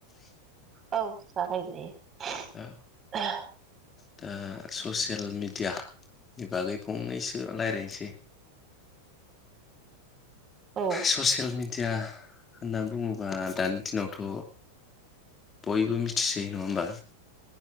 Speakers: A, on the right; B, on the left.
A: औ जागायजायो।
B: औ दा ससियेल मिडिया नि बागै फंनैसो रायलायनोसै
A: औ
B: ससियेल मिडिया होनना बुङोबा दानि दिनावथ' बयबो मिथिसै नङा होमबा?